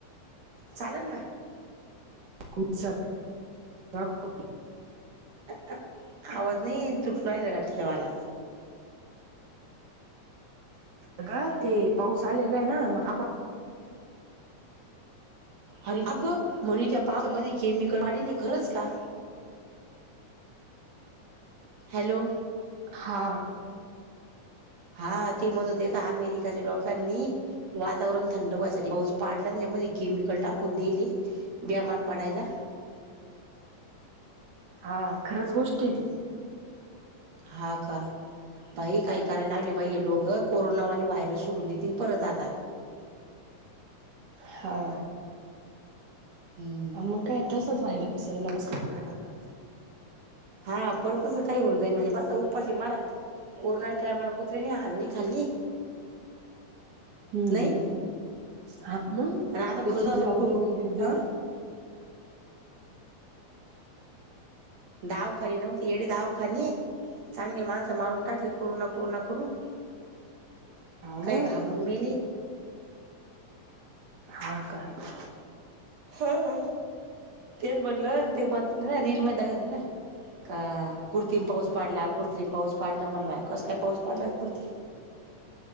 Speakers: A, on the right; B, on the right.
A: चालंल ना.
B: <unintelligible>
A: अ आ आवाज नाही तुटू राहिला का तुझंवाला.
B: अगं ते पाऊस आलेला आहे ना, म आबा
A: आणि अगं म्हणे त्या पावसामध्ये केमिकल वाढीले, खरंच का? हॅलो?
B: हा.
A: हा, ते म्हणत होते का अमेरिकाच्या लोकांनी वातावरण थंड व्हायसाठी पाऊस पाडला, अन त्याच्यामध्ये केमिकल टाकून दिली. बिमार पडायला.
B: हा, खरंच गोष्ट आहे ती.
A: हा, का? बाई काही करायला लागले बाई हे लोकं, कोरोना वानी आणि व्हायरस सोडून देतील परत आता.
B: हा.
A: हम्म
B: हां, मंग काय तसंच व्हायरस यायला बसलाय परत आता.
A: हा, परत तसं काही होऊन जाईल म्हणजे बास आता उपाशी मरा, कोरोना टाइमाला कुत्र्यांनी हाल नाही खाल्ली.
B: हम
A: नाही
B: हा मग.
A: आणि आता
B: त्याच्यात
A: खरंच आता
B: लॉकडाऊन
A: कु
B: बिकडाऊन.
A: हं दावखाने नव्हती येडे दावखाने चांगली माणसं मारून टाकली कोरोना कोरोना करून
B: हा
A: काही
B: मग
A: घाबरून मेली.
B: हा काय?
A: हा. हा तेचं म्हणलं ते बघितल ना ना रीलमध्ये दाविती होते ना. का कृत्रिम पाऊस पाडला कृत्रीम पाऊस पाडला. म्हणला कस काय पाऊस पाडला कृत्रीम.